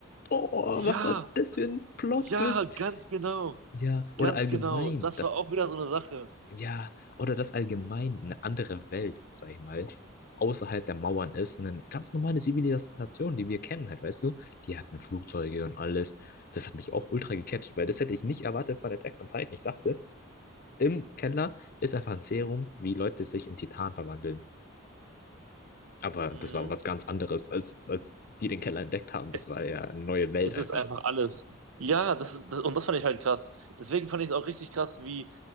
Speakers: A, on the left (about 45°); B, on the right (about 80°).
A: Oh,
B: Ja,
A: was hat das für ein Plot-Twist?
B: ja, ganz genau.
A: Ja, oder
B: Ganz
A: allgemein,
B: genau. Das
A: das,
B: war auch wieder so eine Sache.
A: ja, oder das allgemein eine andere Welt, sag ich mal, außerhalb der Mauern ist. Eine ganz normale Zivilisation, die wir kennen halt, weißt du? Die hatten Flugzeuge und alles. Das hat mich auch ultra gecatcht, weil das hätte ich nicht erwartet von Attack on Titan. Ich dachte, im Keller ist einfach ein Serum, wie Leute sich in Titan verwandeln. Aber
B: Mhm.
A: das war was ganz anderes, als, als die den Keller entdeckt haben.
B: Es,
A: Das war
B: ist-
A: ja eine neue Welt
B: es
A: einfach.
B: ist einfach alles. Ja, das, ist- das, und das fand ich halt krass. Deswegen fand ich es auch richtig krass, wie